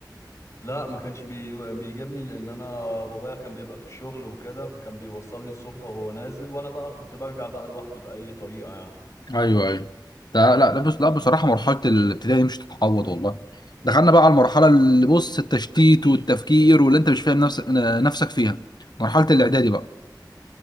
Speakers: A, on the left; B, on the left.
A: لا ما كانش بي... بيجابني لان انا بابايا كان بيبقى في الشغل وكده فكان بيوصلني الصبح وهو نازل وانا بقى كنت برجع بقى لوحدي باي طريقه يعني
B: ايوه ايوه ده لا لا بص لا بصراحه مرحله الابتدائي مش تتعوض والله دخلنا بقى على المرحله اللي بص التشتيت والتفكير واللي انت مش فاهم نفسك نفسك فيها مرحله الاعدادي بقى